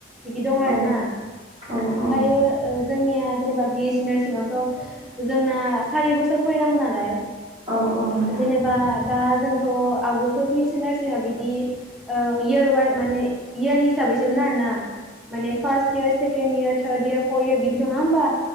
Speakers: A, in the centre; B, on the right.
A: बिदि दं आरो
B: औ
A: ना
B: औ
A: ओमफायो
B: औ
A: ओ जोंनिया जेनेबा बि एस सि नारसिं सिङावथ जोंना सारि बोसोर फरायनांगौ नालाय
B: औ औ नोंथां
A: जेनेबा दा जोंथ' आवगोलथ' बि ए सि नारसिङा बिदि औ इयार वाइ माने इयार हिसाबैसोमोन आरोना माने first year second year third year fourth year बिदि नङा होमबा